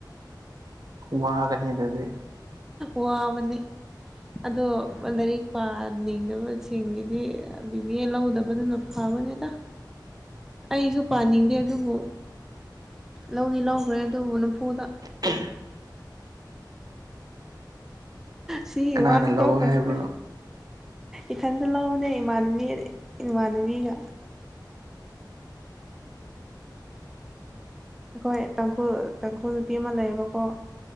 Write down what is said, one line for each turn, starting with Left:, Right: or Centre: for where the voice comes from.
Right: ꯋꯥꯒꯅꯤ ꯗꯗꯤ
Centre: ꯋꯥ ꯑꯃꯅꯤꯅꯤ ꯑꯗꯣ ꯂꯥꯏꯔꯤꯛ ꯄꯥꯅꯤꯡꯗꯕꯁꯤꯡꯒꯤꯗꯤ ꯕꯤꯗꯤ ꯂꯧꯗꯕꯗꯨꯅ ꯍꯥꯎꯕꯖꯤꯗ
Right: ꯇꯥꯗꯦ <inaudible>
Centre: ꯑꯩꯁꯨ ꯄꯥꯅꯤꯡꯗꯦ ꯑꯗꯨꯕꯨ ꯂꯧꯗꯤ ꯂꯧꯈ꯭ꯔꯦ ꯑꯗꯨꯕꯨ ꯅꯝꯐꯨꯗ
Right: ꯑ
Centre: ꯁꯤ
Right: ꯀꯅꯥꯅ
Centre: ꯋꯥꯁꯤ
Right: ꯂꯧ
Centre: ꯇꯣꯛꯈ꯭ꯔꯁꯤꯗ
Right: ꯍꯥꯏꯕ꯭ꯔꯣ
Centre: ꯏꯊꯟꯗ ꯂꯅꯦ ꯏꯃꯥꯟꯅꯕꯤ ꯏꯃꯥꯟꯅꯕꯤꯒ ꯑꯩꯈꯣꯏ ꯇꯥꯡꯈꯨꯜ ꯇꯥꯡꯈꯨꯜ ꯅꯨꯄꯤ ꯑꯃ ꯂꯩꯌꯦꯕꯀꯣ